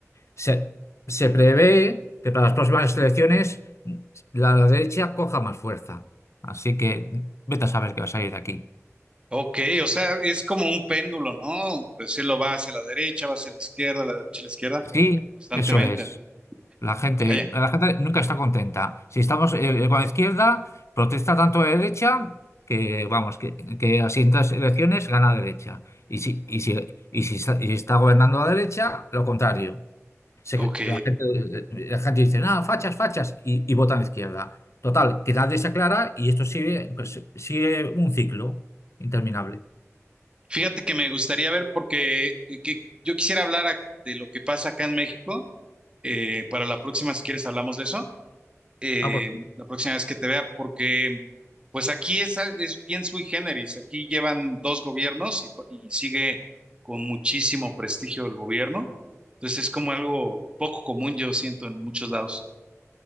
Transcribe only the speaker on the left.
se, se prevé que para las próximas elecciones la, la derecha coja más fuerza. Así que vete a saber qué va a salir de aquí.
Sí,
eso es.
La gente,
la gente nunca está contenta. Si estamos eh, eh, con la izquierda, protesta tanto la derecha que, vamos, que, que a siguientes elecciones gana la derecha. Y si, y si, y si está, y si está gobernando la derecha, lo contrario. Se-
la gente, la gente dice, nada, fachas, fachas, y, y vota a la izquierda. Total, que nadie se aclara y esto sigue, pues, sigue un ciclo interminable.
Vamos